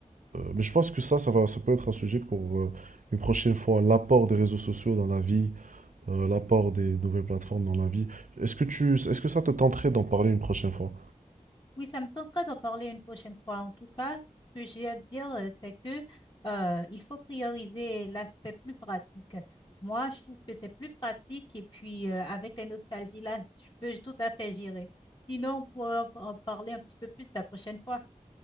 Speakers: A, on the right (about 80°); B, on the left (about 35°).
A: mais je pense que ça, ça va, ça peut être un sujet pour euh, une prochaine fois, l'apport des réseaux sociaux dans la vie, euh, l'apport des nouvelles plateformes dans la vie. Est-ce que tu, est-ce que ça te tenterait d'en parler une prochaine fois?
B: Oui, ça me tenterait d'en parler une prochaine fois. En tout cas, ce que j'ai à dire, euh, c'est que euh, il faut prioriser l'aspect plus pratique. Moi, je trouve que c'est plus pratique et puis euh, avec les nostalgies là, je peux tout à fait gérer. Sinon, on pourra en en parler un petit peu plus la prochaine fois.